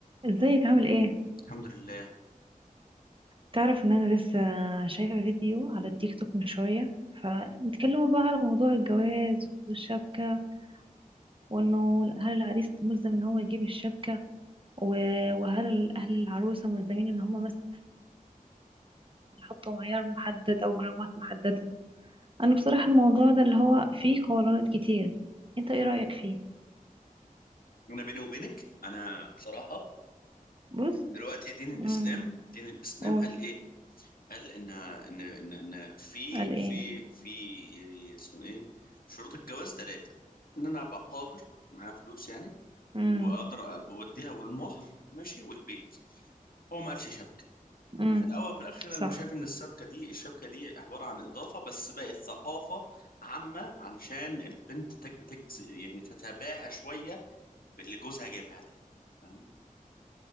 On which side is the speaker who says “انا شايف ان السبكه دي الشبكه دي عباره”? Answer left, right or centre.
Left